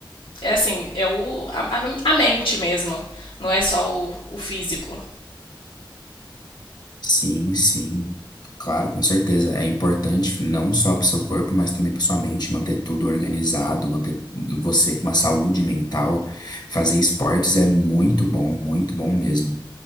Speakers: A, on the left; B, on the left.
A: é assim, é o, a, a- a mente mesmo, não é só o, o físico.
B: Sim, sim. Claro, com certeza. É importante não só para o seu corpo, mas também para sua mente, manter tudo organizado, manter você com uma saúde mental. Fazer esportes é muito bom, muito bom mesmo.